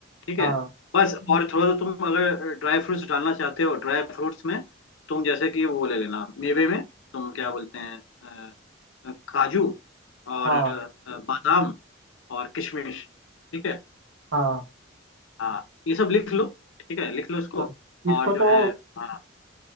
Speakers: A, on the left; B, on the right.
A: ठीक
B: हाँ
A: है बस और थोड़ा सा तुम अगर ड्राई फ्रूट्स डालना चाहते हो ड्राई फ्रूट्स में तुम जैसे कि वो ले लेना मेवे में तुम क्या बोलते हैं अ, काजू और
B: हाँ
A: अ, बादाम और किशमिश ठीक है
B: हाँ
A: हाँ ये सब लिख लो ठीक है लिख लो इसको
B: हाँ इसको
A: और जो
B: तो
A: है हाँ,